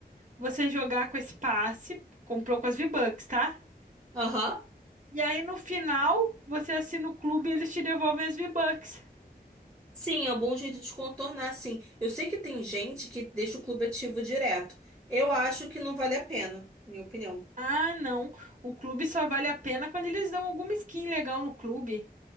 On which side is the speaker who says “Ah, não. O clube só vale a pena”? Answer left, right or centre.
Right